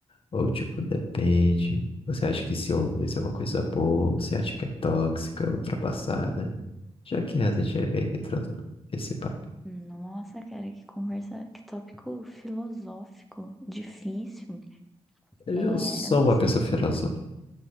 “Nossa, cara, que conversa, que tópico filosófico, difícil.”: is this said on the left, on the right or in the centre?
Centre